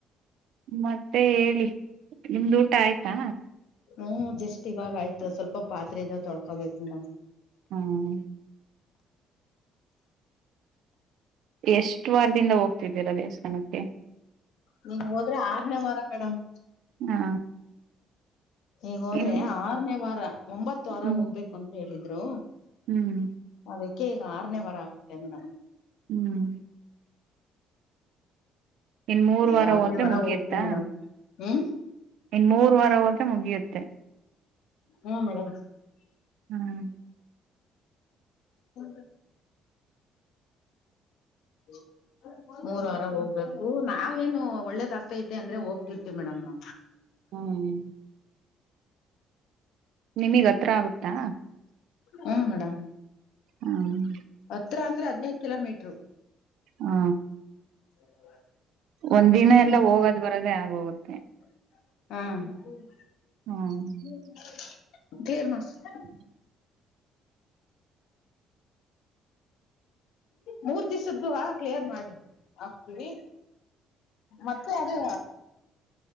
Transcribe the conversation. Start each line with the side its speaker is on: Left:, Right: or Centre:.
Right: ಮತ್ತೆ ಹೇಳಿ ನಿಮ್ದು ಊಟ ಆಯ್ತಾ
Left: ಹ್ಮ್ ಜಸ್ಟ್ ಇವಾಗ ಆಯ್ತು ಸ್ವಲ್ಪ ಪಾತ್ರೆದ ತೊಳ್ಕೋಬೇಕು ಮಡಮ್
Right: ಹ್ಮ ಎಷ್ಟು ವಾರದಿಂದ ಹೋಗ್ತಿದ್ದೀರಾ ದೇವಸ್ಥಾನಕ್ಕೆ
Left: ನೀ ಹೋದ್ರೆ ಆರನೇ ವಾರ ಮೇಡಮ್
Right: ಹಾ
Left: ಈಗ ಹೋದ್ರೆ
Right: ಇನ್
Left: ಆರನೇ ವಾರ ಒಂಬತ್ತು ವಾರ
Right: ಹ್ಮ್
Left: ಹೋಗ್ಬೇಕು ಅಂತ ಹೇಳಿದ್ರು
Right: ಹ್ಮ್
Left: ಅದಕ್ಕೆ ಈಗ ಆರನೇ ವಾರ ಆಗುತ್ತೆ ಮೇಡಮ್
Right: ಹ್ಮ್ ಇನ್ ಮೂರ್
Left: ಹಾ ಆರನೇ
Right: ಹೋದ್ರೆ
Left: ವಾರ
Right: ಮುಗಿಯುತ್ತಾ
Left: ಹೋಗ್ತಿವಿ ಮೇಡಮ್ ಹ್ಮ್
Right: ಇನ್ ಮೂರ್ ವಾರ ಹೋದ್ರೆ ಮುಗಿಯುತ್ತೆ
Left: ಹಾ ಮೇಡಮ್
Right: ಹ್ಮ್
Left: ಹೌ ಹ್ಮ ಮೂರ್ ವಾರ ಹೋಗ್ಬೇಕು ನಾವೇನು ಒಳ್ಳೇದ ಆಗ್ತಾತೆ ಅಂದ್ರೆ ಹೋಗ್ತಿರ್ತಿವಿ ಮೇಡಮ್ ನ
Right: ಹ್ಮ್ ನಿಮಗ್ ಹತ್ರ ಆಗುತ್ತಾ
Left: ಹ್ಮ ಮೇಡ್
Right: ಹ್ಮ್
Left: ಹತ್ರ ಅಂದ್ರೆ ಹದ್ ನೈದು ಕಿಲೋಮೀಟ್ರು
Right: ಹಾ
Left: ಹ
Right: ಒಂದಿನ ಎಲ್ಲ ಹೋಗೋದ್ ಬರದೇ ಆಗೋಗುತ್ತೆ
Left: ಹ್ಮ
Right: ಹ್ಮ
Left: <unintelligible>
Right: ಹ
Left: ಮೂರ್ ದಿಸದ್ದು ಕ್ಲಿಯರ್ ಮಾಡಿ ಆಕ್ತವಿ ಮತ್ತೆ ಅದೆ